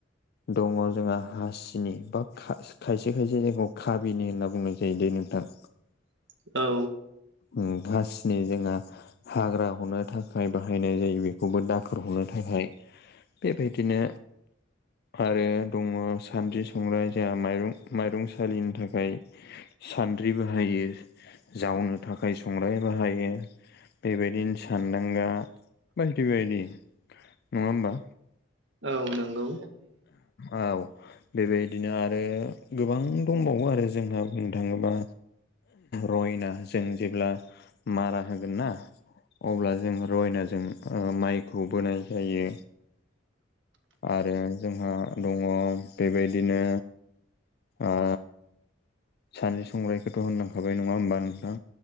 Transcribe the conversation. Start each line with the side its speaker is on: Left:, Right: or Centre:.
Left: दङ' जोंहा हासिनि बा खा खायसे खायसे जायगायाव खाबिनि होनना बुंनाय जायो दै नोंथां।
Right: <inaudible> औ
Left: ओम हासिनि जोंहा हाग्रा हनो थाखाय बाहायनाय जायो बेखौबो दा खौ हनो थाखाय बेबायदिनो आरो दङ' सानद्रि, संग्राय जाहा माइरं माइरं सालिनो थाखाय सान्द्रि बाहायो। जावनो थाखाय संग्राय बाहायो। बेबायदिनो सानदांगा बायदि बायदि नङा होमबा?
Right: औ नोंगौ।
Left: औ बेबायदिनो आरो गोबां दंबावो आरो जोंहा बुंनो थाङोब्ला रयना जों जेब्ला मारा होगोन ना अब्ला जों रयनाजों ओ माइखौ बोनाय जायो आरो जोंहा दङ' बेबायदिनो ओ सानद्रि-संग्रायखौथ' होनलांखाबाय नङा होमबा नोंथां